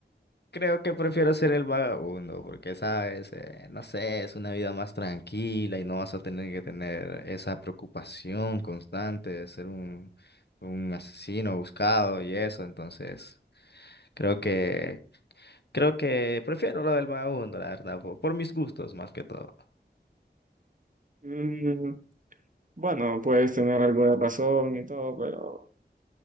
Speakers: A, on the left; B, on the right.
A: Creo que prefiero ser el vagabundo, porque sabes, Eh, no sé, es una vida más tranquila y no vas a tener que tener esa preocupación constante de ser un, un asesino buscado y eso. Entonces, creo que, creo que prefiero lo del vagabundo, la verdad, por, por mis gustos más que todo.
B: Mm, bueno, puedes tener algo de razón y todo, pero...